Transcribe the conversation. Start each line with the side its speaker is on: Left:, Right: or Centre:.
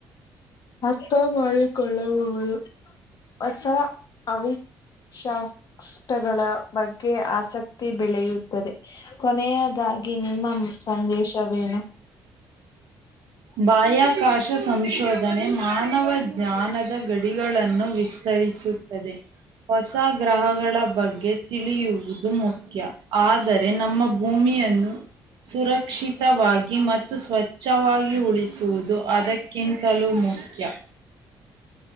Left: ಅರ್ಥ ಮಾಡಿಕೊಳ್ಳಬಹುದು ಹೊಸ ಅವಿ ಶಾಷ್ಟಗಳ ಬಗ್ಗೆ ಆಸಕ್ತಿ ಬೆಳೆಯುತ್ತದೆ ಕೊನೆಯದಾಗಿ ನಿಮ್ಮ ಸಂದೇಶವೇನು
Right: ಬಾಹ್ಯಾಕಾಶ ಸಂಶೋಧನೆ ಮಾನವ ಜ್ಞಾನದ ಗಡಿಗಳನ್ನು ವಿಸ್ತರಿಸ ಹೊಸ ಗ್ರಹಗಳ ಬಗ್ಗೆ ತಿಳಿಯುವು ದು ಮುಖ್ಯ ಆದರೆ ನಮ್ಮ ಭೂಮಿಯನ್ನು ಸುರಕ್ಷಿತವಾಗಿ ಮತ್ತು ಸ್ವಚ್ಛವಾಗಿ ಉಳಿಸುವುದು ಅದಕ್ಕಿಂತಲೂ ಮುಖ್ಯ <inaudible>